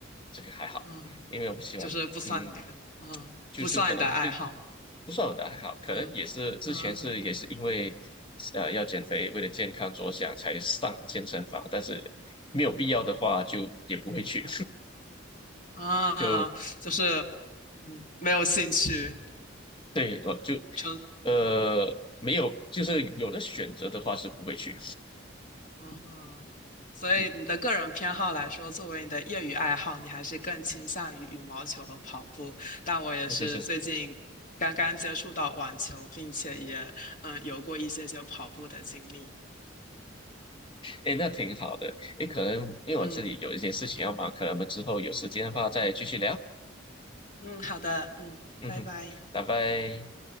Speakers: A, on the left; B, on the left.
A: 这个还好，
B: 嗯，
A: 因为我不喜欢，
B: 就是不算你的，
A: 嗯。
B: 嗯，
A: 就是可能对
B: 不算你的爱好，
A: 不算我的爱好，可能也是之前是也是因为
B: 嗯嗯
A: 呃要减肥，为了健康着想才上健身房，但是没有必要的话就也不会去，
B: 嗯，
A: <laughs>
B: 嗯嗯就是
A: 就
B: 嗯没有兴趣，
A: 对我就
B: 纯
A: 呃没有就是有的选择的话是不会去，
B: 哦，所以你的个人偏好来说，
A: 嗯。
B: 作为你的业余爱好，你还是更倾向于羽毛球和跑步。但我也是最近刚刚接触到网球，
A: 是是是，
B: 并且也嗯有过一些些跑步的经历。
A: 哎，那挺好的。哎，可能因为我这里有一些事情要忙，
B: 嗯
A: 可能我们之后有时间的话再继续聊。
B: 嗯，好的，嗯，
A: 嗯哼，
B: 拜拜。
A: 拜拜。